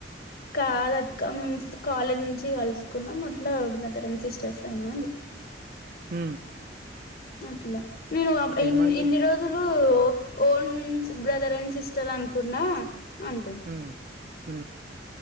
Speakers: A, on the left; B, on the right.
A: కాదక్క మేమూ కాలేజ్ నుంచి కలుసుకున్నాం అట్లా బ్రదర్ అండ్ సిస్టర్స్ అయినాం అండి
B: హ
A: అట్లా నేను ఇ
B: ఏమంటుంది
A: ఇన్ని రోజులు ఓన్ బ్రదర్ అండ్ సిస్టర్ అనుకున్నా అంటుంది
B: హ హ